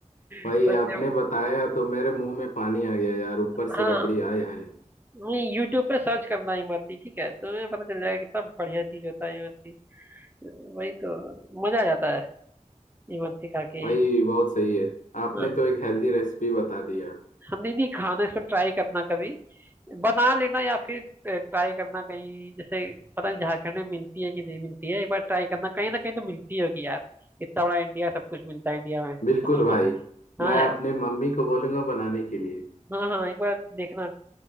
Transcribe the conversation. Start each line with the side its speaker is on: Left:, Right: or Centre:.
Left: भाई
Right: सच
Left: आपने
Right: में,
Left: बताया तो मेरे मुंह में पानी आ गया यार ऊपर
Right: हाँ
Left: से रबड़ी आए हाय
Right: नहीं यूट्यूब पे सर्च करना इमरती ठीक है तुम्हें पता चल जाएगा कितना बढ़िया चीज होता है इमरती वही तो मजा आ जाता है इमरती खा के
Left: भाई बहुत सही है आपने
Right: हाँ,
Left: तो एक हेल्दी रेसिपी बता दी यार
Right: हम नहीं नहीं खाना इसको ट्राई करना कभी बना लेना या फिर ट्राई करना कहीं जैसे पता नहीं झारखंड में मिलती है कि नहीं मिलती है एक बार ट्राई करना कहीं ना कहीं तो मिलती होगी यार इतना बड़ा इंडिया सब कुछ मिलता है इंडिया में
Left: बिल्कुल भाई
Right: <laughs> हाँ
Left: मैं
Right: यार
Left: अपनी मम्मी को बोलूंगा बनाने के लिए
Right: हाँ हाँ एक बार देखना